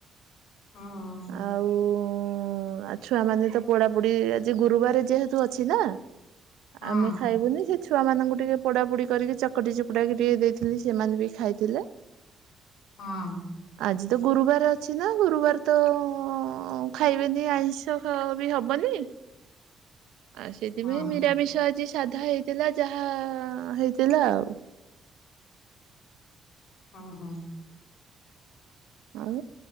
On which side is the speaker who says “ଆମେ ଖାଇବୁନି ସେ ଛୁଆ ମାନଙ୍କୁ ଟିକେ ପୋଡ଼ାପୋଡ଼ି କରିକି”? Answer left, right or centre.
Right